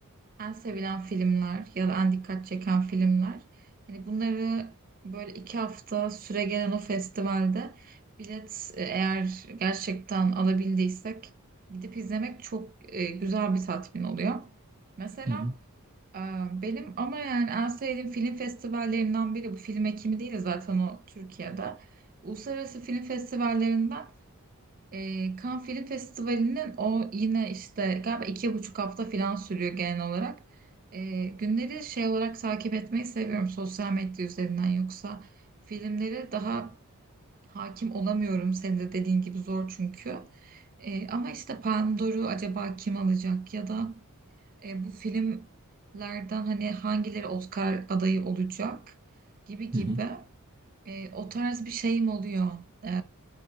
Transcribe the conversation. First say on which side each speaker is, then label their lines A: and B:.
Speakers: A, on the right; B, on the right.
A: en sevilen filmler ya da en dikkat çeken filmler. Hani bunları böyle iki hafta süre gelen o festivalde bilet e, eğer gerçekten alabildiysek gidip izlemek çok e, güzel bir tatmin oluyor. Mesela
B: Hı hı,
A: e, benim ama yani en sevdiğim film festivallerinden biri bu film ekimi değil de zaten o Türkiye'de. Uluslararası Film Festivallerinden e, Cannes Film Festivali'nin o yine işte galiba iki buçuk hafta falan sürüyor genel olarak. E, günleri şey olarak takip etmeyi seviyorum sosyal medya üzerinden yoksa filmlere daha hakim olamıyorum. Senin de dediğin gibi zor çünkü. E, ama işte Palme d'Or'u acaba kim alacak ya da e, bu filmlerden hani hangileri Oscar adayı olacak gibi gibi
B: hı hı,
A: e, o tarz bir şeyim oluyor. E,